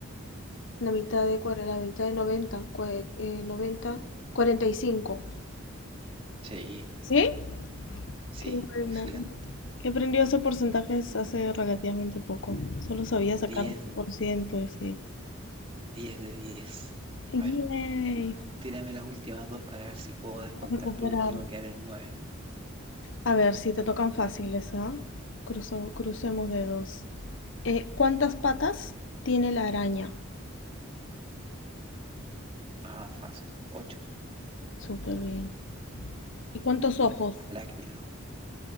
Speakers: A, on the left; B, on the right.
A: la mitad de cuál la mitad de noventa cua- eh, noventa, cuarenta y cinco
B: Sí,
A: ¿Sí?
B: sí,
A: Qué buena.
B: excelente.
A: He aprendido esos porcentajes hace relativamente poco. Solo sabía sacar
B: Diez,
A: un por ciento, así.
B: diez de diez.
A: ¡Yay!
B: A ver, tírame las últimas dos para ver si puedo descontar
A: A recuperar.
B: por último y quedar en nueve.
A: A ver, si te tocan fáciles, ¿ah? Cruzo- crucemos dedos. Eh, ¿cuántas patas tiene la araña?
B: Ah, fácil. 8.
A: Súper bien. ¿Y cuántos ojos?
B: Arácnido.